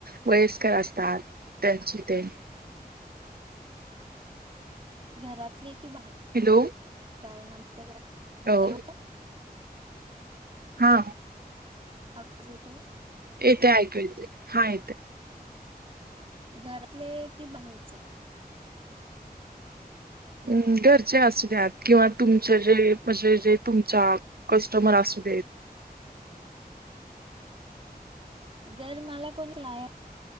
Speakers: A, on the right (about 70°); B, on the right (about 35°).
A: वयस्कर असतात त्यांची ते.
B: घरातले की बाहेर.
A: हॅलो.
B: कारण आमच्या
A: हो.
B: हॅलो
A: हा.
B: आवाज येतोय.
A: येतेआयकू येत हा येते.
B: घरातले की बाहेरचे.
A: हम् घरचे असूद्या किंवा तुमचे जे म्हणजे जे तुमच्या कस्टमर असू देत.
B: जर मला कोणलाय